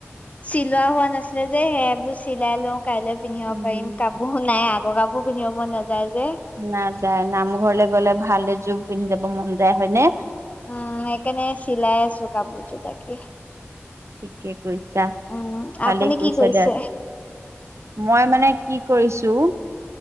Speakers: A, on the left (about 30°); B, on the right (about 80°).
A: চিলোৱা হোৱা নাছিলে যে সেইবোৰ চিলাই লওঁ কাইলৈ পিন্ধিব
B: উম
A: পাৰিম কাপোৰ নাই আগৰ কাপোৰ পিন্ধিব মন নাযায়। যে
B: নাযায় নামঘৰলে গ'লে ভালে জোম পিন্ধি যাব মন যায় হয়নে
A: উম একাৰণে চিলাই আছোঁ কাপোঁৰজোৰ তাকে
B: থিকে কৈছা
A: উম
B: ভালেই
A: আপুনি
B: কৰিছা
A: কি কৰিছে
B: দিয়া মই মানে কি কৰিছোঁ